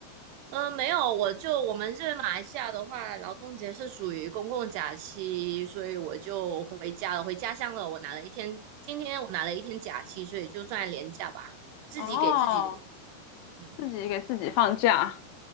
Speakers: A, on the right; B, on the left.
A: 呃，没有，我就我们这边马来西亚的话，劳动节是属于公共假期，所以我就回家了，回家乡了。我拿了一天，今天我拿了一天假期，所以就算年假吧，自己给自己的。
B: 哦，
A: 嗯，
B: 自己给自己放假。